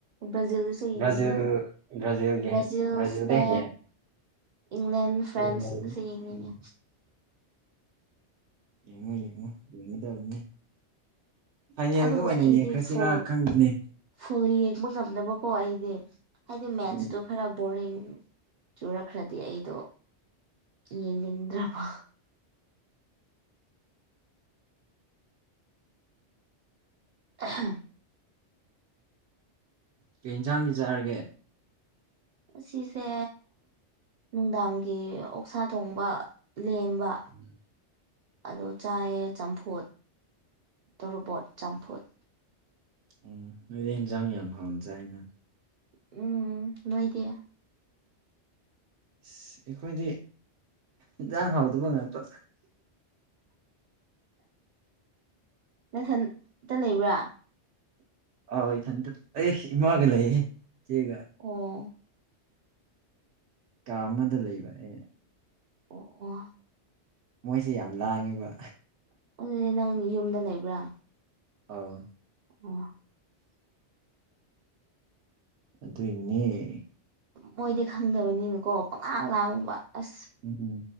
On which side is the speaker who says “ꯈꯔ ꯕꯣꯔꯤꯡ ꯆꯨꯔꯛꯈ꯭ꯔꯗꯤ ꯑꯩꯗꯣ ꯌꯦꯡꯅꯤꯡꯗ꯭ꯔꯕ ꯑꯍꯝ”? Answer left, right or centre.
Right